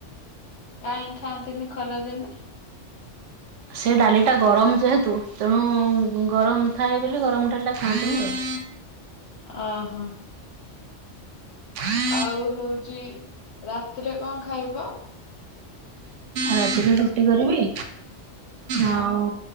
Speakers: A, on the left; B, on the right.
A: କାହିଁକି ଖାଆନ୍ତିନି ଖରା ଦିନେ?
B: ସେ ଡାଲିଟା ଗରମ ଯେହେତୁ, ତେଣୁ ଗରମ ଥାଏ ବୋଲି ଗରମ ଡାଲିଟା ଖାଆନ୍ତିନି ଆଉ।
A: ଅହ।
B: ହଁ
A: ଆଉ ହଉଛି, ରାତିରେ କଣ ଖାଇବ?
B: ରାତିରେ ରୁଟି କରିବି।
A: ହଁ
B: ଆଉ